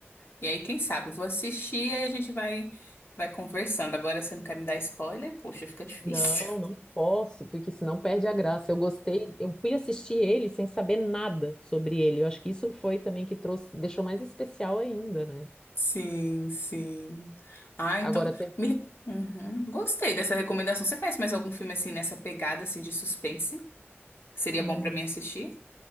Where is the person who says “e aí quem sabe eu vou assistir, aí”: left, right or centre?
Left